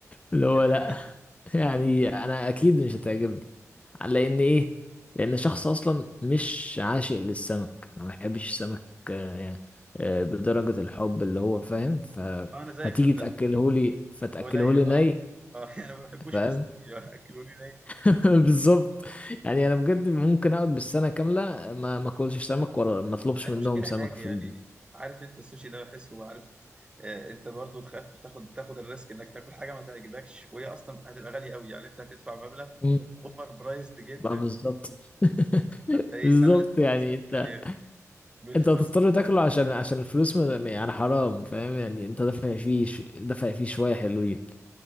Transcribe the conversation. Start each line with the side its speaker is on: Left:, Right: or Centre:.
Left: اللي هو
Right: <laughs>
Left: لا <laughs> يعني انا اكيد مش هتعجبني لان ايه لان شخص اصلا مش عاشق للسمك انا ما بحبش السمك آه، يعني آه، بدرجة الحب اللي هو فاهم ف...
Right: انا زيك
Left: فتيجي
Right: صدقني
Left: تاكله لي فتاكله
Right: قليل
Left: لي
Right: اه
Left: ني
Right: اه <laughs> يعني ما بحبوش
Left: فاهم
Right: مستوي آه، اكلوني ني
Left: <laughs> بالظبط يعني انا بجد ممكن اقعد بالسنة كاملة ما ما اكلش سمك ولا ما اطلبش
Right: المشكلة
Left: منهم سمك
Right: حاجة
Left: في
Right: يعني
Left: البيت
Right: عارف انت السوشي ده بحسه وعارف آه، انت برضو تخاف بتاخد تاخد الريسك انك تاكل حاجة ما تعجبكش وهي اصلا هتبقى غالية قوي يعني انت هتدفع مبلغ
Left: مم.
Right: اوفر برايزد جدا
Left: بقى بالظبط <laughs>
Right: انت ايه
Left: بالظبط
Right: انا لازم انبسط
Left: يعني انت
Right: يعني بالفلوس
Left: انت هتضطر
Right: دي.
Left: تاكله عشان عشان الفلوس م- يعني حرام فاهم يعني انت دافع فيه ش- دافع فيه شوية حلوين